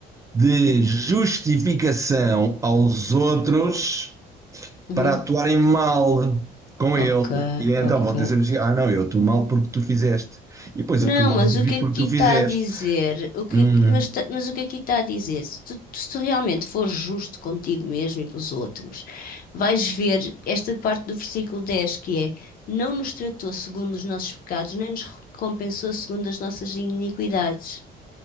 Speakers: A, on the right; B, on the left.
A: de justificação aos outros
B: Uhum.
A: para atuarem mal com ele.
B: Ok,
A: E então
B: ok.
A: vão ter sempre dizer, assim, ah não, eu atuo mal porque tu fizeste. E depois
B: Não,
A: atuo mal
B: mas
A: outra
B: o
A: vez
B: que
A: porque
B: aqui
A: tu
B: está
A: fizeste.
B: a dizer? O que,
A: Hum,
B: mas, ta- mas o que aqui está a dizer? Se tu, se tu realmente fores justo contigo mesmo e com os outros, vais ver esta parte do versículo 10 que é: Não nos tratou segundo os nossos pecados, nem nos recompensou segundo as nossas iniquidades.